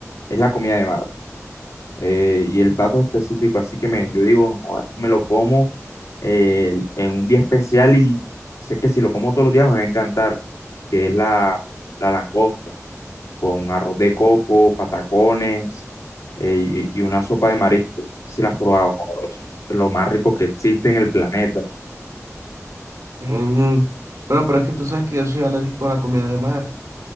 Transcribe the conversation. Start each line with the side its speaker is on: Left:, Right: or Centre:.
Left: es la comida de mar. eh, y el plato específico. Así que me, yo digo, "Joda, esto me lo como eh, en un día especial y sé que si lo como todos los días me va a encantar, que es la, la langosta con arroz de coco, patacones eh, y, y una sopa de marisco. Si las has probado, joda, bro, eso es lo más rico que existe en el planeta.
Right: Mm, Pero, pero es que tú sabes que yo soy alérgico a la comida de mar.